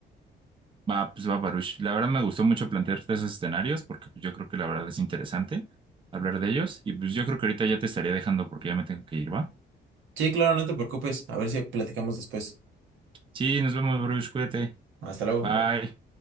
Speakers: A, on the right; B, on the right.
A: Va, pues va, Baruch. La verdad me gustó mucho plantearte esos escenarios porque pues, yo creo que la verdad es interesante hablar de ellos. Y pues yo creo que ahorita ya te estaría dejando porque ya me tengo que ir, ¿va?
B: Sí, claro, no te preocupes. A ver si platicamos después.
A: Sí, nos vemos, Baruch. Cuídate.
B: Hasta luego.
A: Bye.